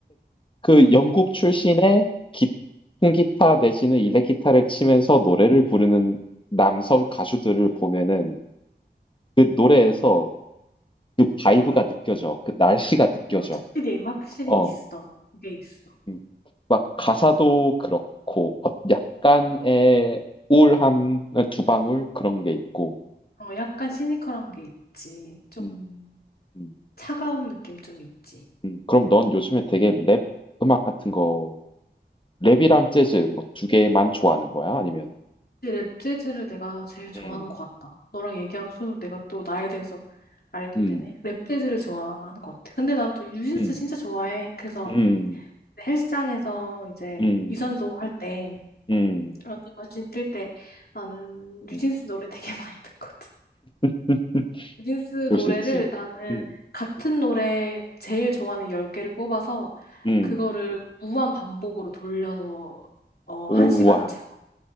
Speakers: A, on the left (about 30°); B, on the left (about 60°).
A: 그 영국 출신의 기, 통기타 내지는 일렉기타를 치면서 노래를 부르는 남성 가수들을 보면은 그 노래에서 그 바이브가 느껴져. 그 날씨가 느껴져.
B: 확실히, 확실히
A: 어.
B: 있어. 그게 있어.
A: 음. 막 가사도 그렇고 어, 약간의 우울함 두 방울 그런 게 있고
B: 어, 약간 시니컬한 게 있지. 좀
A: 음, 음,
B: 차가운 느낌 좀 있지.
A: 음. 그럼 넌 요즘에 되게 랩 음악 같은 거, 랩이랑 재즈 뭐 두 개만 좋아하는 거야? 아니면
B: 랩 재즈를 내가 제일 좋아하는
A: 음,
B: 것 같다. 너랑 얘기하면서 내가 또 나에 대해서 알게
A: 음,
B: 되네. 랩 재즈를 좋아하는 것 같아. 근데 난 또 뉴진스
A: 음,
B: 진짜 좋아해. 그래서
A: 음,
B: 헬스장에서 이제
A: 음,
B: 유산소 할때
A: 음,
B: 러닝머신 뜰 때 나는 뉴진스
A: 음.
B: 노래 되게 <laughs> 많이 듣거든.
A: <laughs>
B: 뉴진스
A: 그럴
B: 노래를
A: 수 있지.
B: 나는
A: 음,
B: 같은 노래 제일 좋아하는
A: 음,
B: 10개를 뽑아서
A: 음.
B: 그거를 무한 반복으로 돌려서 어,
A: 우와,
B: 한 시간을 채워.